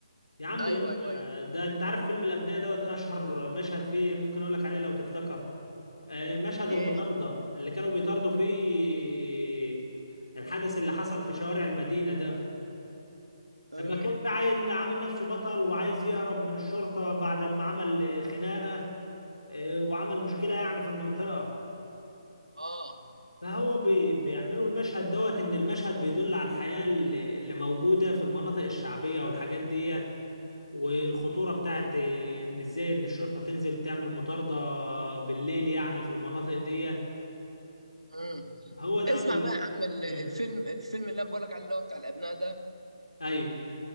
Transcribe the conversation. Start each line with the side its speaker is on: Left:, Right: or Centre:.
Left: يا عم
Right: ايوه
Left: لا
Right: ايوه ايوه
Left: ده انت عارف فيلم الابناء دوت اشهر مشهد فيه ممكن اقول لك عليه لو تفتكر آه، مشهد
Right: ليه
Left: المطاردة اللي كانوا بيطاردوا فيه الحدث اللي حصل في شوارع المدينة ده
Right: امم
Left: لما كنت عيل عامل نفسه بطل وعايز يهرب من الشرطة بعد ما عمل خناقة آه، وعمل مشكلة يعني في المنطقة
Right: اه
Left: فهو بي بيعملوا المشهد دوت إن المشهد بيدل على الحياة اللي اللي موجودة في المناطق الشعبية والحاجات ديت والخطورة بتاعت آه، إن إزاي إن الشرطة تنزل تعمل مطاردة بالليل يعني في المناطق ديت
Right: امم
Left: هو دوت
Right: اسمع
Left: اللي
Right: بقى يا عم ال-
Left: مم.
Right: الفيلم الفيلم اللي انا بقولك عليه اللي هو بتاع الابناء ده
Left: أيوه